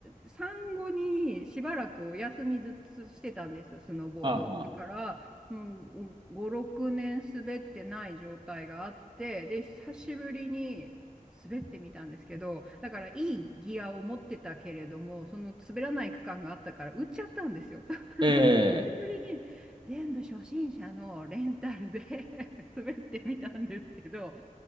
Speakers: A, in the centre; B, on the right.
A: 産後にしばらくお休みずっとしてたんですよ、スノーボード。
B: あ、あーはあ、
A: だから、もう5、6年滑ってない状態があって、で、久しぶりに滑ってみたんですけど、だからいいギアを持ってたけれども、その滑らない区間があったから、売っちゃったんですよ。だから久しぶりに全部初心者のレンタルで
B: ええ、
A: <laughs> 滑ってみたんですけど、